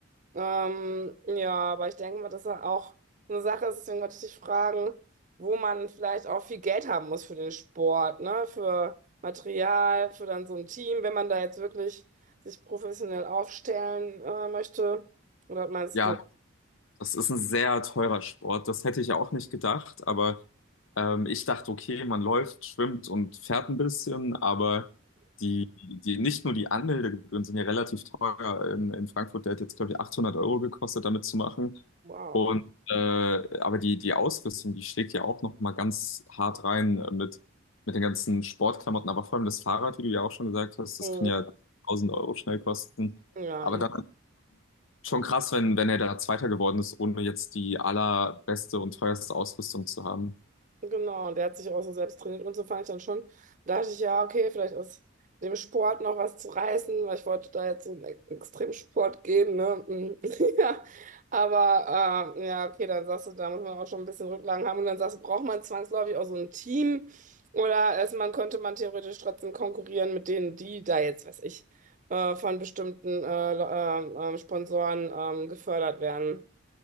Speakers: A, on the right (about 40°); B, on the left (about 70°).
A: Ähm, ja, aber ich denke mal, dass er auch eine Sache ist, deswegen wollte ich dich fragen, wo man vielleicht auch viel Geld haben muss für den Sport, ne? Für Material, für dann so ein Team, wenn man da jetzt wirklich sich professionell aufstellen äh, möchte. Oder meinst
B: Ja,
A: du?
B: Das ist ein sehr teurer Sport. Das hätte ich ja auch nicht gedacht, aber ähm, ich dachte, okay, man läuft, schwimmt und fährt ein bisschen, aber die, die, nicht nur die Anmeldegebühren sind ja relativ teuer in, in Frankfurt. Der hat jetzt, glaube ich, 800 Euro gekostet, damit zu machen.
A: Wow.
B: Und äh, aber die, die Ausrüstung, die schlägt ja auch noch mal ganz hart rein äh, mit, mit den ganzen Sportklamotten, aber vor allem das Fahrrad, wie du ja auch schon gesagt hast, das
A: Mhm.
B: kann ja tausend Euro schnell kosten.
A: Ja,
B: Aber dann Schon krass, wenn, wenn er da Zweiter geworden ist, ohne jetzt die allerbeste und teuerste Ausrüstung zu haben.
A: Genau, und der hat sich auch so selbst trainiert und so fand ich dann schon, da dachte ich, ja, okay, vielleicht ist dem Sport noch was zu reißen, weil ich wollte da jetzt so einen Ex- Extremsport gehen, ne? Mm, <laughs> Ja, aber äh, ja, okay, dann sagst du, da muss man auch schon ein bisschen Rücklagen haben und dann sagst du, braucht man zwangsläufig auch so ein Team oder ist man, könnte man theoretisch trotzdem konkurrieren mit denen, die da jetzt, weiß ich, äh, von bestimmten äh, Le- äh, äh, Sponsoren ähm, gefördert werden.